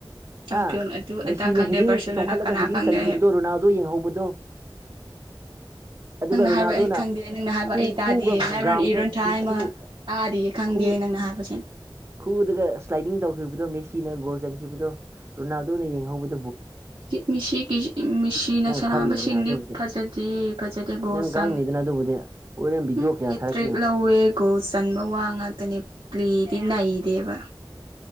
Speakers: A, on the right; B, on the right.
A: ꯆꯝꯄꯤꯌꯟ
B: ꯍꯥ
A: ꯑꯗꯨ
B: ꯃꯦꯁꯤꯅ
A: ꯑꯗꯥ ꯈꯪꯗꯦ
B: ꯍꯤꯗꯤꯡ
A: ꯕꯥꯔꯁꯦꯂꯣꯅꯥ
B: ꯇꯣꯡꯈꯠꯂꯒ
A: ꯀꯅꯥ
B: ꯍꯤꯗꯤꯡ
A: ꯈꯪꯗꯦ
B: ꯆꯟꯈꯤꯕꯗꯣ ꯔꯣꯅꯥꯜꯗꯣ ꯌꯦꯡꯍꯧꯕꯗꯣ <inaudible> ꯑꯗꯨꯒ
A: ꯅꯪꯅ
B: ꯔꯣꯅꯥꯜꯗꯣꯅ
A: ꯍꯥꯏꯕ ꯑꯩ ꯈꯪꯗꯦ ꯅꯪꯅ ꯍꯥꯏꯕ
B: ꯈꯨ
A: ꯑꯩ ꯇꯥꯗꯤꯌꯦ
B: ꯈꯨꯒ
A: ꯅꯥꯔꯣꯟ
B: ꯒ꯭ꯔꯥꯎꯟꯗ
A: ꯏꯔꯣꯟꯊꯥ
B: ꯈꯨ
A: ꯍꯥꯏꯃ
B: ꯈꯨ
A: ꯇꯥꯗꯤꯌꯦ ꯈꯪꯗꯦ
B: ꯈꯨ
A: ꯅꯪꯅ ꯍꯥꯏꯕꯁꯦ
B: ꯈꯨꯗꯒ ꯁ꯭ꯂꯥꯏꯗꯤꯡ ꯇꯧꯈꯤꯕꯗꯣ ꯃꯦ ꯁꯤꯅ ꯒꯣꯜ ꯆꯟꯈꯤꯕꯗꯣ ꯔꯣꯅꯥꯜꯗꯣꯅ ꯌꯦꯡꯍꯧꯕꯗ
A: ꯃꯤꯁꯤꯒꯤ ꯃꯤꯁꯤꯅ
B: ꯅꯪ
A: ꯁꯥꯟꯅꯕꯁꯤꯡꯗꯤ
B: ꯈꯪꯅꯤꯗꯅ ꯑꯗꯨꯕꯨꯗꯤ
A: ꯐꯖꯗꯦ ꯐꯖꯗꯦ ꯒꯣꯜ
B: ꯅꯪ
A: ꯆꯪ
B: ꯈꯪꯅꯤꯗꯅ ꯑꯗꯨꯕꯨꯗꯤ ꯍꯣꯔꯦꯟ ꯚꯤꯗꯤꯑꯣ
A: ꯎꯝ
B: ꯀꯌꯥ
A: ꯍꯦꯇ꯭ꯔꯤꯛ
B: ꯊꯥꯔꯛꯀꯦ ꯌꯦꯡꯉꯣ
A: ꯂꯧꯋꯦ ꯒꯣꯜ ꯆꯟꯕ ꯋꯥ ꯉꯥꯛꯇꯅꯦ ꯄ꯭ꯂꯤꯗꯤ ꯅꯩ ꯗꯦꯕ